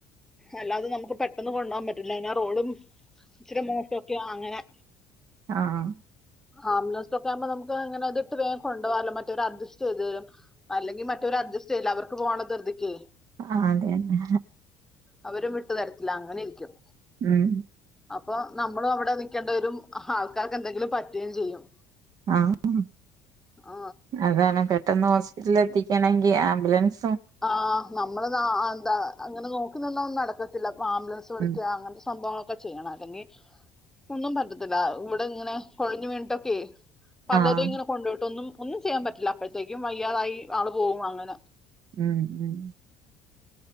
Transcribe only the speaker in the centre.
അല്ലാതെ നമുക്ക് പെട്ടെന്ന് കൊണ്ട് പോകാൻ പറ്റില്ല അയിനാറോഡും ഇച്ചിരി മോശോക്കെയാ അങ്ങനെ
ആംബുലൻസ് ഒക്കെ ആകുമ്പോ നമുക്ക് ഇങ്ങനെ അത് ഇട്ട് വേഗം കൊണ്ടപോവാല്ലോ മറ്റവര് അഡ്ജസ്റ്റ് ചെയ്ത് തരും അല്ലെങ്കിൽ മറ്റവര് അഡ്ജസ്റ്റ് ചെയില്ല അവർക്ക് പോകാനുള്ള ധിർതിയെ
അവരും വിട്ടു തരത്തില്ല അങ്ങനെ ഇരിക്കും
അപ്പൊ നമ്മളും അവിടെ നിക്കേണ്ട വരും ആൾക്കാർക്ക് എന്തെങ്കിലും പറ്റുകയും ചെയ്യും
ആ,
ആഹ നമ്മള് ന അങ്ങനെ നോക്കുന്നതോന്നും നടക്കത്തില്ല ആംബുലൻസ് വിളിക്കുക
അങ്ങനത്തെ സംഭവം ക്കെ ചെയ്യണം അല്ലെങ്കിൽ ഒന്നും പറ്റത്തില്ല ഇവിടെ ഇങ്ങനെ കൊഴഞ്ഞു വീണിട്ടൊക്കെ പലതും
ഇങ്ങനെ കൊണ്ടു പോയിട്ടൊന്നും ഒന്നും ചെയ്യാൻ പറ്റില്ല അപ്പോഴത്തേക്കും വയ്യാതായി ആള് പോകും അങ്ങനെ